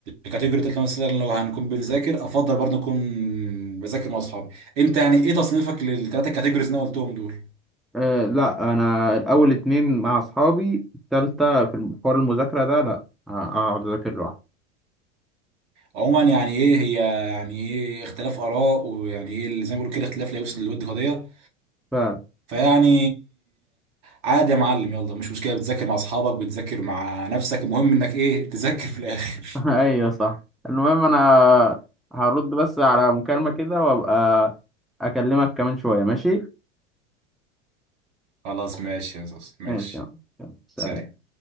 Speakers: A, on the right (about 55°); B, in the centre.
A: الكاتيجوري التالتة مثلا لو هنكون بنذاكر افضل برضه نكون بذاكر مع اصحابي انت يعني ايه تصنيفك للثلاثه كاتيجوريز اللي انا قلتهم دول
B: أه لا انا الاول اتنين مع اصحابي التالتة في الم- حوار المذاكرة ده لا اقعد اذاكر لوحدي
A: عموما يعني ايه هي يعني ايه اختلاف اراء ويعني ايه اللي زي ما بيقولوا كده اختلاف لا يوصل للود قضيه
B: ف...
A: فيعني عادي يا معلم يلا مش مشكلة بتذاكر مع أصحابك بتذاكر مع نفسك المهم إنك إيه تذاكر في الآخر
B: <laughs> ايوه صح المهم انا هرد بس على مكالمة كده وابقى اكلمك كمان شوية ماشي
A: <laughs> خلاص ماشي يا زوز ماشي
B: ماشي يلا يلا، سلام
A: سلام